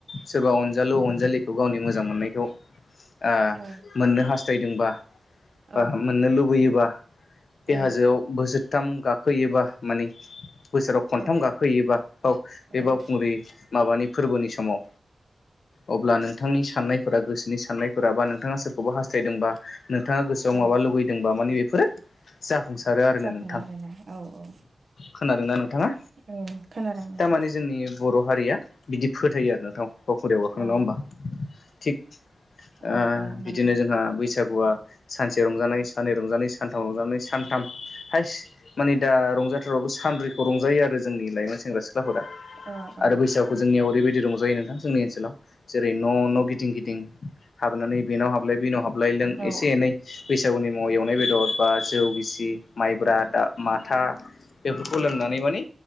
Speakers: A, on the left; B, on the right.
A: सोरबा अन जालु अनजालिखौ गावनि मोजां मोननायखौ ओ
B: औ
A: मोननो हास्थायदोंबा बा
B: औ
A: मोननो लुबैयोबा बे
B: औ
A: हाजोआव बोसोरथाम गाखोयोबा माने बोसोराव खनथाम
B: औ
A: गाखोैयोबा ब बे
B: औ
A: बावखुंग्रि माबानि फोरबोनि समाव अब्ला नोंथांनि साननायफोरा गोसोनि साननायफोरा बा नोंथाङा सोरखौबा हास्थायदोंबा नोंथाङा गोसोआव
B: औ
A: माबा लुुबैदोंबा माने बेफोरो जा बुंंसारो आरोनो
B: जाफुङो
A: नोंथां
B: आरोना औ औ
A: खोनादोंना नोंथाङा?
B: औ खोनादों नोंथां
A: थारमाने जोंनि बर' हारिया बिदि फोथायो आरो नोंथां बावखुंग्रियाव गाखोनो
B: औ
A: नङा होमबा थिग ओ
B: औ औ
A: बिदिनो
B: नंगौ
A: जोंहा बैसागुआ सानसे रंजानाय सानैन रंजानाय सानथाम रंजानाय सानथाम हायस माने दा रंजाथाव सानब्रैखौ रंजायो आरो जोंनि लाइमोन सेंग्रा-सि ख्लाफोरा
B: ओ ओ
A: आरो बैसागुखौ जोंनियाव ओरैबायदि रंजायो नोंथां जोंनि ओनसोलाव जेरै न' न' गिदिं गिदिं हाबनानै बेनाव हाबलाय बेनाव हाबलाय लों
B: औ
A: एसे एनै बैसो जौनि मुङाव एवनाय बेदर बा जौ गिसि माइब्रा बा माथा बेफोरखौ लोंनानै माने